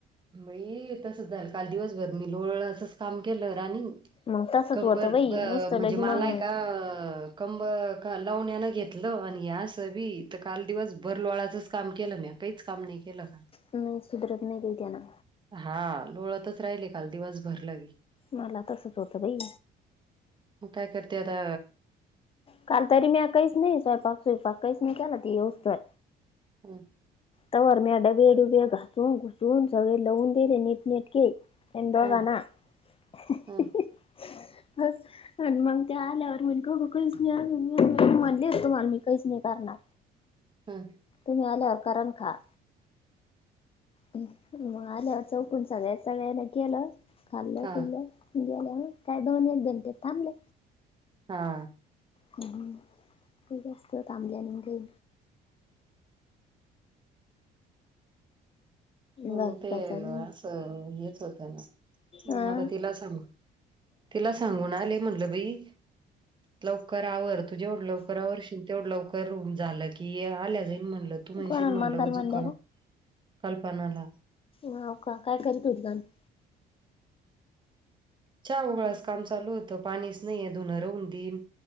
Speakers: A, on the right; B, on the left.
A: बई तस झालं, काल दिवसभर मी लोळ अस काम केलं राणी,
B: मग तसच
A: कंबर
B: होतं बाई
A: ब
B: नुसतं
A: म्हणजे
B: लगी
A: मलाय
B: मग
A: का कंब -ख लावण्यान घेतलं आणि या असं बी इथ काल दिवसभर लोळाचंच काम केलं म्या. तेच काम नी केलं काल.
B: नाही सुधरत नाही बाई त्यान.
A: हा लोळातच राहिले काल दिवसभर लबी.
B: मला तसच होतं बई.
A: मग काय करते आता
B: काल तरी मी काहीच नाही स्वयंपाक -स्वयंपाक काहीच नाही केला ती येईस्तोवर.
A: हम्म
B: तवर म्या डबे -डुबे घासून- घुसून सगळे लवून दिले नीटनेटके. एंदो
A: ह
B: नाना <unintelligible>
A: ह
B: <inaudible> आणि मग त्या आल्यावर म्हणे खाऊ कहीच आणण्यान <unintelligible> म म्हणलेच तु मला मी कहीच नाही करणार.
A: हं.
B: तुम्ही आल्यावर करा न खा. मग आल्यावर चौकून सगळ्या -सगळ्यान केलं. खाल्लं
A: हा
B: पिलं गेल्याव काय दोन एक घंटे थांबले.
A: हा.
B: हम्म -हम्म ती जास्त थांबली आणि म घई
A: हम्म
B: बाकी
A: ते
B: काय चालू
A: असं येत होतं ना.
B: अं
A: म आता तिला सांग -तिला सांगून आले म्हटलं बई. लवकर आवर, तू जेवढं लवकर आवरशील तेवढं लवकर वरून झालं की ये आल्या जाईन म्हणलं. तू म्हणशी
B: कोणाला
A: म्हणलं
B: मंदाला
A: जूखाम
B: म्हणल्या
A: कल्पनाला.
B: नाव्ही का काय करीत <unintelligible>
A: च्या वूगळाच काम चालू होतं, पाणीच नाहीयेए धूनरहून दिन